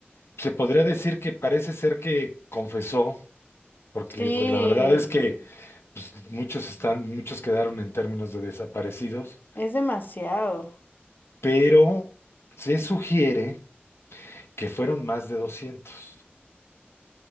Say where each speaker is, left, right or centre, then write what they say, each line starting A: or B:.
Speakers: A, on the left; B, on the left.
A: se podría decir que parece ser que confesó, porque
B: Sí,
A: pues la verdad es que pues, muchos están, muchos quedaron en términos de desaparecidos,
B: es demasiado.
A: pero se sugiere que fueron más de 200.